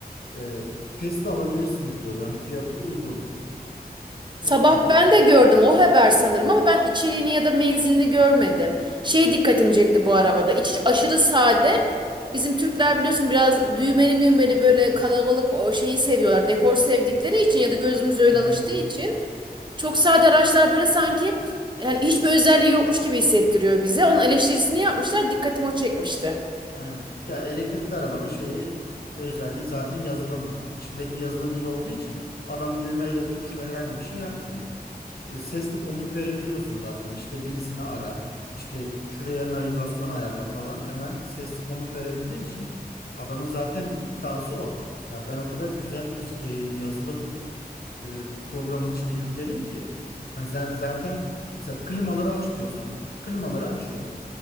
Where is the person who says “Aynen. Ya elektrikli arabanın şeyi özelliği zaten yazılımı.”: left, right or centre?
Left